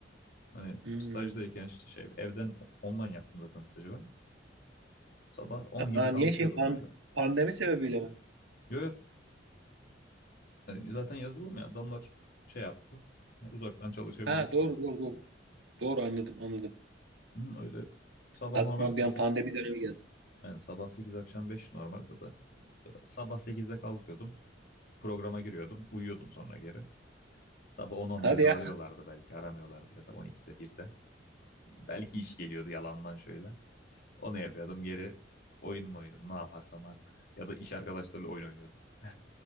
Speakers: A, on the left (about 55°); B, on the right (about 80°).
A: Hani
B: Hmm.
A: stajdayken işte şey evden online yaptım zaten stajı ben. Sabah 10 gibi
B: Aa,
A: kalkıyordum
B: niye şey pan-
A: böyle.
B: pandemi sebebiyle mi?
A: Yo, yo, hani zaten yazılım ya adamlar şey yaptı. "E, Uzaktan çalışabilirsin
B: Ha doğru
A: dedi.
B: doğru doğru. Doğru anladım anladım.
A: Hı, öyle sabah
B: Aklıma
A: normalde 8.
B: bir an pandemi dönemi geldi.
A: yani sabah 8 akşam 5 normalde de Böyle sabah sekizde kalkıyordum. Programa giriyordum. Uyuyordum sonra geri. Sabah on on
B: Hadi
A: 11de
B: ya.
A: arıyorlardı belki aramıyorlardı ya da 12'de 1'de. Belki iş geliyordu yalandan şöyle. Onu yapıyordum geri oyun mu oynuyordum ne yaparsam artık. Ya da iş arkadaşlarıyla oyun oynuyordum. <laughs>